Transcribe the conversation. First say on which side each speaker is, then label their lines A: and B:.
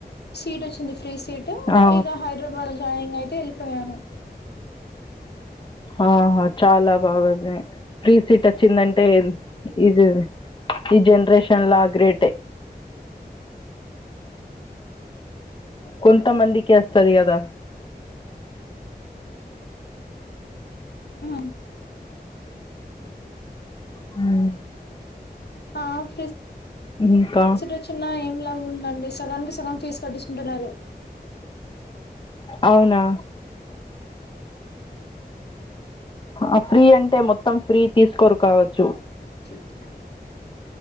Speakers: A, on the left; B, on the left.
A: సీట్ వచ్చింది ఫ్రీ సీటు
B: ఆ
A: ఇక హైదరాబాద్ జాయినింగ్ అయితే ఎళ్ళిపోయాను
B: ఆహా చాలా బాగుంది ఫ్రీ సీట్ వచ్చిందంటే ఇది ఈ జనరేషన్ల గ్రేటే కొంతమందికే అస్తది‌ కదా
A: మ్మ్.
B: ఉమ్
A: ఆ ఫ్రీ
B: ఇంకా
A: సీటు వచ్చిన ఏం లాభం ఉందండి సగానికి సగం ఫీజ్ కట్టిచుకుంటున్నారు
B: అవునా ఆ ఫ్రీ అంటే మొత్తం ఫ్రీ తీసుకోరు కావచ్చు
A: అ <unintelligible>